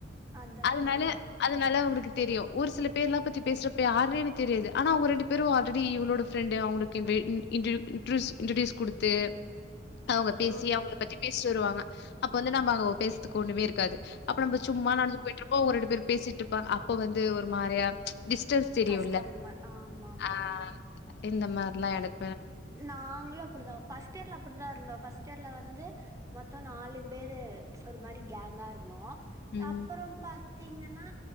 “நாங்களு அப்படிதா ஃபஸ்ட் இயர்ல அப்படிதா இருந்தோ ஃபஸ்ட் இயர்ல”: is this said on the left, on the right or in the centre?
Right